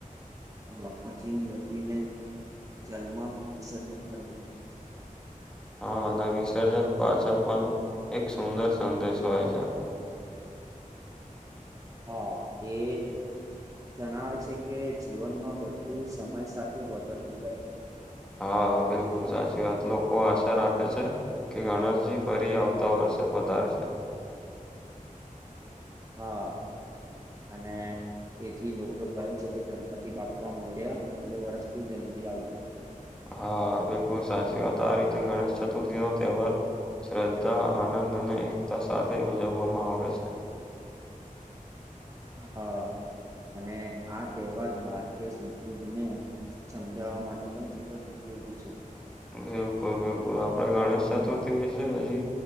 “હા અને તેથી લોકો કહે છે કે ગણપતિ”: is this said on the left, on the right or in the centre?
Right